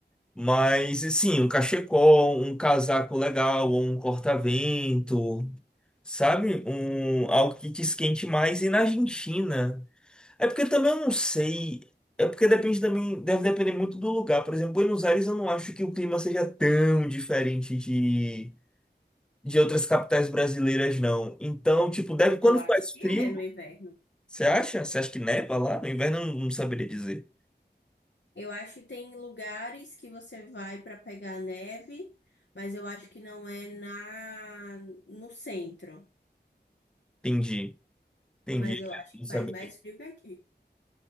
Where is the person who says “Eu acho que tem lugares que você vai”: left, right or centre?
Left